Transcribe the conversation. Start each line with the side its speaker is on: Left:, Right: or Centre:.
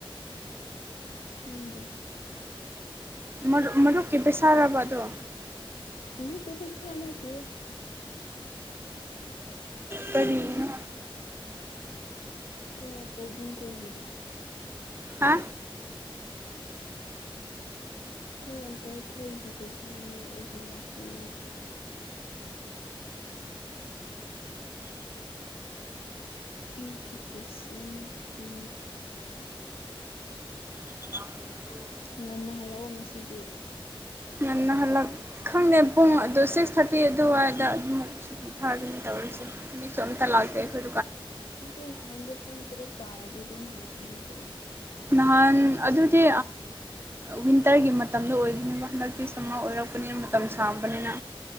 Left: ꯈꯪꯗꯦ
Right: ꯃꯔ ꯃꯔꯨꯞꯀꯤ ꯄꯦꯁꯥꯔꯕꯗꯣ
Left: ꯍ ꯔꯨꯄꯦ ꯄꯩꯁꯥ ꯑꯅꯥꯗ
Right: ꯀꯔꯤꯒꯤꯅꯣ
Left: ꯀꯣꯏ ꯑꯩꯈꯣꯏ ꯄꯕꯨꯡ ꯀꯣꯏꯒꯤꯗ
Right: ꯍꯥ
Left: ꯈꯣꯏ ꯑꯪꯀꯜ ꯈꯣꯏꯒꯤ ꯄꯩꯁꯥꯅꯦ ꯑꯩꯒꯤ ꯅꯠꯇꯦ ꯑꯩꯒꯤ ꯄꯤꯁꯅꯠꯇꯦ
Right: <inaudible>
Left: ꯉꯟꯅ ꯍꯜꯂꯛꯑꯣ ꯉꯁꯤꯗꯤ
Right: ꯉ ꯅꯍꯜꯂ ꯈꯪꯗꯦ ꯄꯨꯡ ꯑꯗꯨꯣ ꯁꯤꯛꯁ ꯊꯥꯔꯇꯤ ꯑꯗꯨꯋꯥꯏꯗ ꯑꯗꯨꯝꯃꯛ ꯁꯨꯇꯤ ꯊꯥꯒꯅꯤ ꯇ ꯃꯤ ꯁꯣꯝꯇ ꯂꯥꯛꯇꯈꯣꯏ
Left: ꯅꯠꯇꯦ ꯅꯍꯥꯟꯗꯤ ꯄꯨꯡ ꯇꯔꯨꯛ ꯇꯥꯔꯗꯤ ꯑꯗꯨꯝ ꯍꯜꯂꯛꯄ ꯅꯠꯇ꯭ꯔꯣ
Right: ꯅꯍꯥꯟ ꯑꯗꯨꯗꯤ ꯋꯤꯟꯇꯔꯒꯤ ꯃꯇꯝꯗ ꯑꯣꯏꯗꯣꯏꯅꯦꯕ ꯍꯟꯗꯛꯇꯤ ꯁꯔꯃꯔ ꯑꯣꯏꯔꯛꯄꯅꯤꯅ ꯃꯇꯝ ꯁꯥꯡꯕꯅꯤꯅ